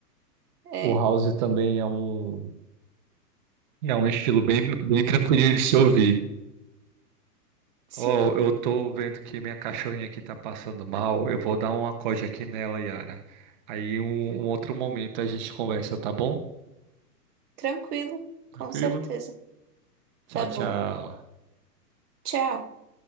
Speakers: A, on the right; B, on the right.
A: É,
B: O house também é um. É um estilo bem, bem tranquilinho de se ouvir.
A: sim,
B: Ó, eu tô vendo que minha cachorrinha aqui tá passando mal. Eu vou dar um acorde aqui nela, Yara. Aí um um outro momento a gente conversa, tá bom?
A: tranquilo, com
B: Tranquilo?
A: certeza.
B: Tchau,
A: Tá bom.
B: tchau.
A: Tchau.